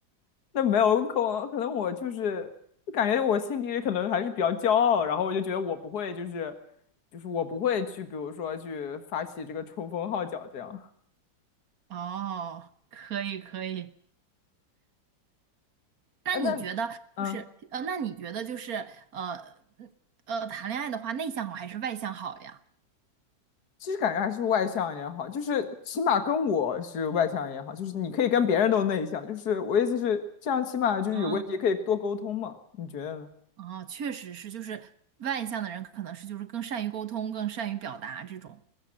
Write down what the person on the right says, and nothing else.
哦，可以可以。那你觉得就是呃，
那你觉得就是呃呃，谈恋爱的话，内向好还是外向好呀？
啊，
哦，确实是，就是外向的人可能是就是更善于沟通，更善于表达这种。